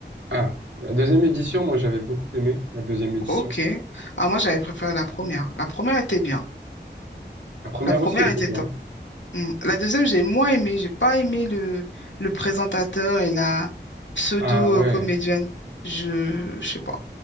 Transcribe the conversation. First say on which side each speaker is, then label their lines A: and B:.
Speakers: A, on the right; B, on the left.
A: Ah, la deuxième édition, moi j'avais beaucoup aimé la deuxième édition.
B: Ok. Ah, moi, j'avais préféré la première. La première était bien.
A: La première
B: La première
A: aussi elle était
B: était
A: bien.
B: top. Mm. La deuxième, j'ai moins aimé. J'ai pas aimé le, le présentateur et la pseudo-comédienne.
A: Ah ouais,
B: Je, je sais pas.